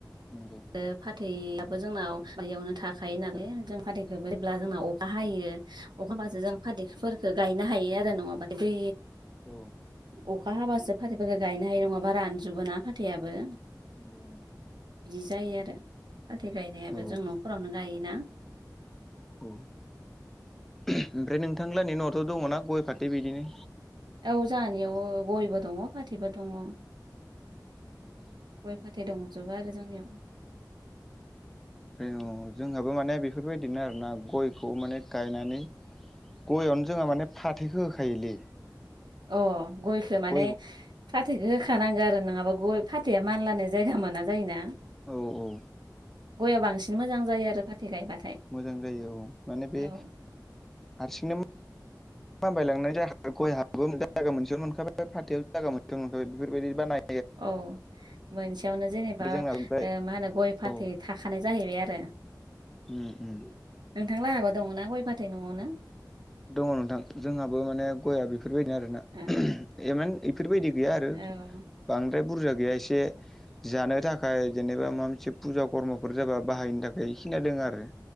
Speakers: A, in the centre; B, on the right (about 85°).
A: नंगौ
B: आरो फाथैआबो जोंनाव बारियावनो थाखायो नालाय जों फाथै जेब्ला जोंना अखा हायो अखाबाजो जों फाथैफोरखौ गायनो हायो आरो नङाबाथाय दै
A: औ
B: अखा हाबासो फाथैफोरखौ गायनो हायो नङाबा रानजोबो ना फाथैयाबो
A: नोंगौ
B: बिदि जायो आरो फाथै गायनायाबो
A: औ
B: जों न'फोररावनो गायोना
A: औ ओमफ्राय नोंथांलाहानि न'आवथ' दङना गय फाथै बिदिनो
B: औ जाहानियाव गयबो दङ फाथैबो दङ
A: <inaudible>
B: गय फाथै दंजोबो आरो जोंनियाव
A: औ जोंहाबो माने बेफोरबायदिनो आरोना गयखौ माने गायनानै गयावनो जोंहा माने फाथैखौ होखायोलै
B: अ गयखौ माने
A: गय
B: फाथैखौ होखानांगौ आरो नङाबा गय फाथैया मानलानो जायगा मोना जायोना
A: औ औ
B: गयाव बांसिन मोजां जायो आरो फाथै गायबाथाय
A: मोजां जायो औ माने बे
B: औ
A: हारसिंनो माम बायलांनाय जाय गयहाबो जाया मोनसेयावनो मोनखाबाय फाथोययावबो जाया मोनसेयावनो मोनखाबाय बेफोरबायदि बानाय
B: औ मोनसेयावनो जेनेबा
A: जोंना ओमफ्राय
B: मा होनो गय फाथै
A: औ
B: थाखानाय जाहैबाय आरो
A: उम उम
B: नोंथां लाहाबो दङना गय फाथै न'आवनो
A: दङ नोंथां जोंहाबो माने गयआ बेफोरबायदिनो आरोना
B: ओ
A: इमान बेफोरबायदि गैया आरो
B: औ
A: बांद्राय बुरजा गैया एसे जानो थाखाय जेनेबा माबा मोनसे फुजा खर्मफोर जाबा बाहायनो थाखाय खिनादों आरो